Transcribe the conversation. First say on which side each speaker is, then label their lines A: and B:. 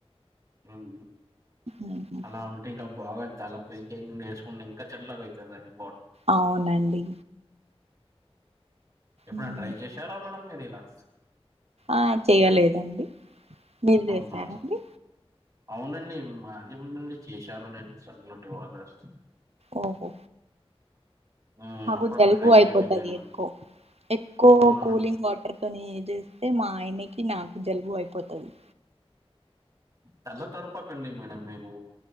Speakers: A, on the right; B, on the right.
A: ఉమ్
B: ఉమ్.
A: అలా ఉంటాం కబ బాగాంది తలపీకయడి వేసుకుంటే ఇంకా చల్లగా అవుతుందాని
B: అవునండి
A: ఎప్పుడై
B: ఉమ్.
A: ట్రై చేశారా మేడం మీరు ఇలాగా
B: ఆ చేయలేదండి మీరు
A: అవునా
B: చేసారండి
A: అవునండి మాధ్యమ నుండి చేశాను నేను చల్లటి వాదర్
B: ఓహో
A: హ్మ్.
B: మాకు
A: అప్పుడప్పుడు
B: జలుబు
A: ట్రై
B: అయిపోతుది
A: చేయండి మీరు.
B: ఎక్కువ ఎక్కువ
A: అవునా!
B: కూలింగ్ వాటర్ తోని ఇది అతే మా ఆయనకి నాకు జలుబు అయిపోతుంది
A: తెల్ల తడపకండి మేడం మీరు